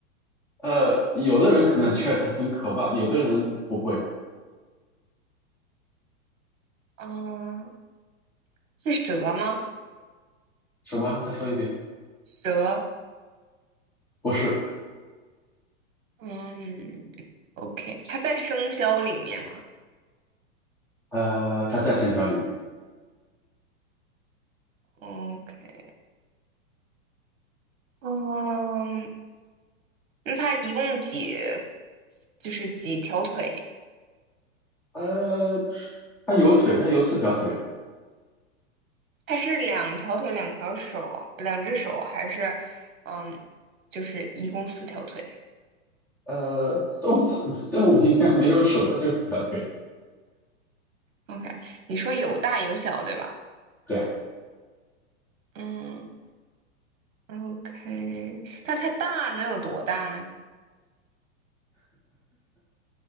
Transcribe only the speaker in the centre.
呃有的人可能觉得它很可怕，有的人不会。
什么？再说一遍？
不是，
呃它在生肖里面，
呃它有腿，它有四条腿，
呃动物 <laughs> 动物应该没有手，它就四条腿，
对。